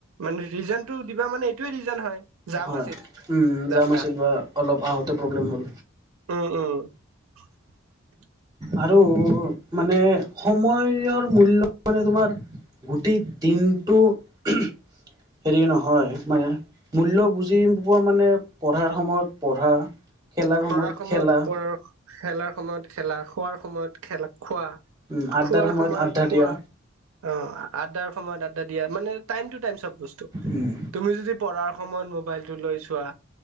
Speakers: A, on the right (about 80°); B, on the right (about 20°).
A: মানে ৰিজনটো দিবা মানে এইটোয়ে ৰিজন হয়, জাম
B: হয়
A: আছিল
B: উম যাম
A: ৰাস্তা।
B: আছিল বা অলপ আহোতে প্ৰব্লেম হ'ল
A: উম, উম। <inaudible>
B: আৰু মানে সময়ৰ মূল্য মানে তোমাৰ গোটেই দিনটো <unintelligible> হেৰি নহয়, মানে মূল্য বুজি পোৱা মানে পঢ়াৰ সময়ত পঢ়া খেলাৰ সময়ত
A: পঢ়াৰ
B: খেলা।
A: পঢ় খেলাৰ সময়ত খেলা, খোৱাৰ সময়ত খেলা খোৱা।
B: উম, আড্ডাৰ
A: খোৱাৰ সময়ত
B: আড্ডা
A: খোৱা
B: দিয়া
A: অ', আড্ডাৰ সময়ত দিয়া, মানে টাইমটো টাইম চব বস্তু,
B: উম,
A: তুমি যদি পঢ়াৰ সময়ত ম'বাইলটো লৈ চোৱা